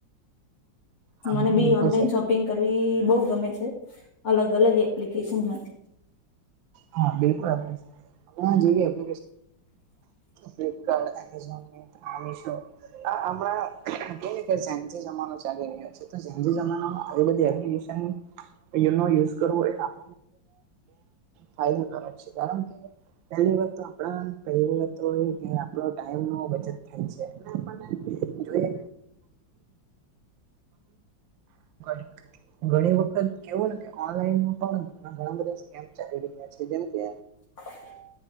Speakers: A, on the right; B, on the left.
A: હા
B: મને બી
A: બિલકુલ
B: ઓનલાઈન
A: સાહેબ.
B: શોપ પિંગ કરવી બહ ગમે છે, અલગ અલગ એપ્લિકેશનમાંથી.
A: હા બિલકુલ આપ આપપ્ક ફ્લિપકાર્ટ એમેઝોન આ મિશો. આ હમણાં કને કે જે જમાનો ચાલી રહ્યો છે. જે જમાનામાં આવી બધ, એપ્લિકેશન યુઝ કરવો એ આપ ફાયદાકારક છે કારણ કે, પહેલી વ આપણા પહે વા તો એ કે આપણો ટાઈમ નો બચત થાય છે એ આપણને જોઈ ુ <unintelligible> ઘણી વખત કેવું ને કે ઓનલાઈનમાં પણ ઘણા બધા ચાલી રહ્યું છે જેમ કે
B: હ <inaudible>